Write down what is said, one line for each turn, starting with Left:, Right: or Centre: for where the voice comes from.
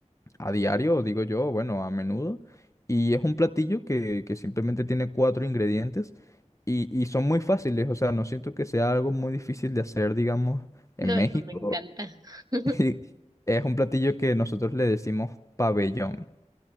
Left: a diario, digo yo, bueno, a menudo. Y es un platillo que, que simplemente tiene cuatro ingredientes y, y son muy fáciles, o sea, no siento que sea algo muy difícil de hacer, digamos, en
Right: No,
Left: México.
Right: eso me encanta. <laughs>
Left: <laughs> Y es un platillo que nosotros le decimos pabellón,